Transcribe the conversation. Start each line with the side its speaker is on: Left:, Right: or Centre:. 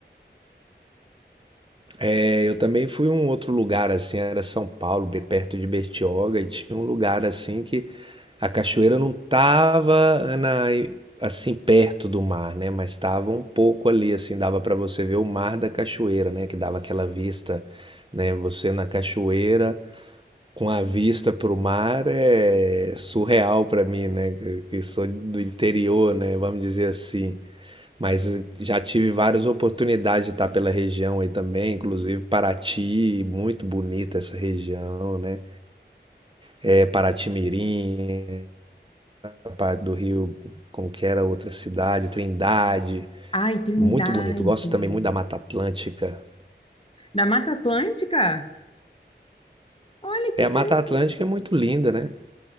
Right: é, eu também fui a um outro lugar assim, era São Paulo, bem perto de Bertioga, e tinha um lugar assim que A cachoeira não estava na assim, perto do mar, né, mas estava um pouco ali, assim, dava para você ver o mar da cachoeira, né, que dava aquela vista, né, você na cachoeira com a vista para o mar é surreal para mim, né, que que sou do interior, né, vamos dizer assim. Mas eh, já tive várias oportunidades de estar pela região aí também, inclusive Paraty, muito bonita essa região, né, é Paraty-Mirim, a parte do Rio, como que era a outra cidade, Trindade.
Left: Ai, Trindade!
Right: Muito bonito. Gosto também muito da Mata Atlântica.
Left: Da Mata Atlântica? Olha que
Right: É,
Left: interessante.
Right: a Mata Atlântica é muito linda, né?